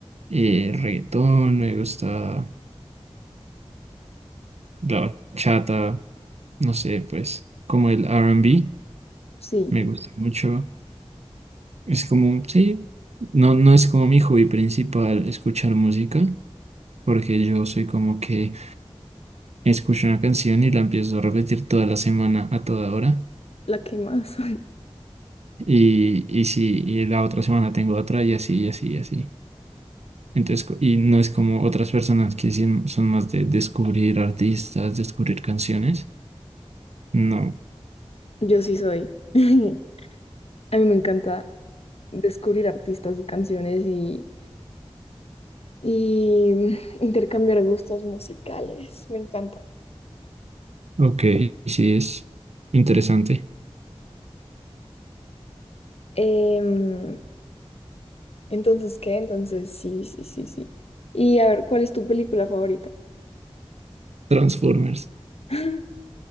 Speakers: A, on the right; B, on the left.
A: eh, reggaetón, me gusta la bachata. no sé, pues como el R&B,
B: Sí,
A: me gusta mucho. Es como, sí, no, no es como mi hobby principal escuchar música, porque yo soy como que escucho una canción y la empiezo a repetir toda la semana a toda hora.
B: la que más. <laughs>
A: Y, y sí, y la otra semana tengo otra y así, y así, y así. Entonces, co- y no es como otras personas que sí son más de descubrir artistas, descubrir canciones. No.
B: Yo sí soy. <laughs> A mí me encanta descubrir artistas y canciones y, y mm, intercambiar gustos musicales. Me encanta.
A: Ok, sí es interesante.
B: Em, entonces, ¿qué? Entonces, sí, sí, sí, sí. Y a ver, ¿cuál es tu película favorita?
A: Transformers.
B: <laughs>